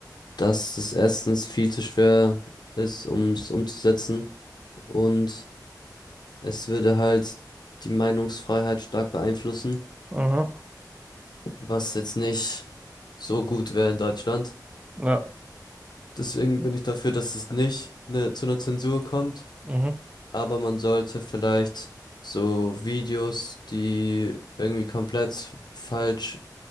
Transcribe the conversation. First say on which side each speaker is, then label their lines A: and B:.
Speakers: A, on the left; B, on the right.
A: dass es erstens viel zu schwer ist, um es umzusetzen und es würde halt die Meinungsfreiheit stark beeinflussen,
B: Mhm.
A: was jetzt nicht so gut wäre in Deutschland.
B: Ja.
A: Deswegen bin ich dafür, dass es nicht ne- zu einer Zensur kommt,
B: Mhm.
A: aber man sollte vielleicht so Videos, die irgendwie komplett falsch,